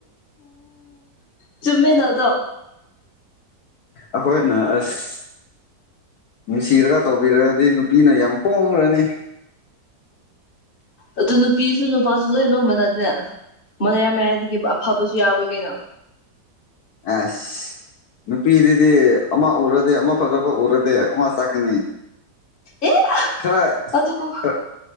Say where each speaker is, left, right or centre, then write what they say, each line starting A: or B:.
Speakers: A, on the left (about 35°); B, on the left (about 65°).
A: ꯑ ꯆꯃꯦꯗꯗꯣ
B: ꯑꯈꯣꯏꯅ ꯑꯁ꯫ ꯅꯨꯡꯁꯤꯔꯒ ꯇꯧꯕꯤꯔꯒꯗꯤ ꯅꯨꯄꯤꯅ ꯌꯥꯝ ꯄꯣꯡꯈ꯭ꯔꯅꯤ
A: ꯑꯗꯨ ꯅꯨꯄꯤꯁꯨ ꯅꯨꯄꯥꯁꯨ ꯂꯣꯏꯅꯃꯛ ꯃꯅꯗꯅꯦ ꯃꯌꯥ ꯃꯌꯥꯏꯗꯒꯤ ꯑꯐꯕꯁꯨ ꯌꯥꯎꯋꯦ ꯀꯩꯅꯣ
B: ꯑꯁ꯫ ꯅꯨꯄꯤꯗꯨꯗꯤ ꯑꯃ ꯎꯔꯗꯤ ꯑꯃ ꯐꯖꯕ ꯎꯔꯗꯤ ꯑꯃ ꯆꯠꯀꯅꯤ
A: ꯑꯦ
B: ꯈꯔ
A: ꯑꯗꯨꯒꯨꯝ
B: ꯑꯥ